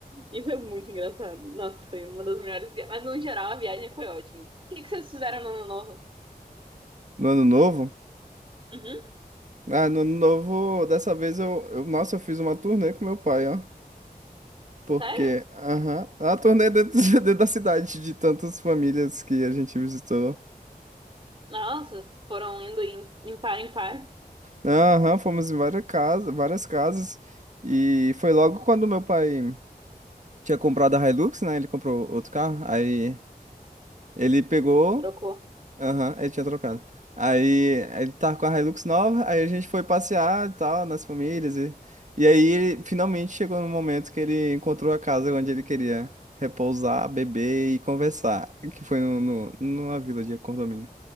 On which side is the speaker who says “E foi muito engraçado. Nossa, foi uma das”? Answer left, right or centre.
Right